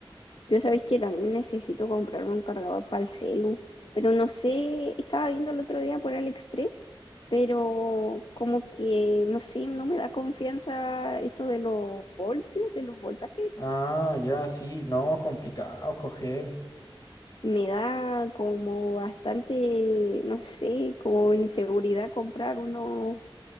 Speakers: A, on the left (about 60°); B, on the left (about 45°).
A: yo sabéis que también necesito comprar un cargador para el celu, pero no sé, estaba viendo el otro día por AliExpress, pero como que, no sé, no me da confianza esto de los voltios, de los voltajes.
B: Ah, ya, sí. No, es complicado escoger.
A: me da como bastante, no sé, como inseguridad comprar uno,